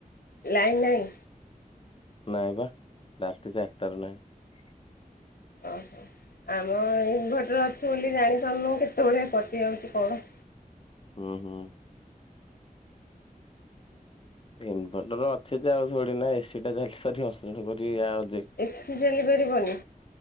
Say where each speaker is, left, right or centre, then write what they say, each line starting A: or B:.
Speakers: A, on the left (about 80°); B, on the left (about 35°).
A: ଲାଇନ ନାଇଁ।
B: ନାଇଁ ବା। ରାତି ଚାରଟାରୁ ନାହିଁ।
A: ଓ ହୋ। ଆମ ଇନଭଟର ଅଛି ବୋଲି ଜାଣିପାରୁନୁ କେତେବେଳେ କଟି ଯାଉଚି କଣ।
B: ହୁଁ ହୁଁ। ଇନଭର୍ଟର ଅଛି ଯେ ଆଉ ଥୋଡି ନା ଏସି ଟା ଚାଲିବ ତେଣୁକରି ଆଉ ଯେ
A: ଏସିି ଚାଲିପାରିବନି।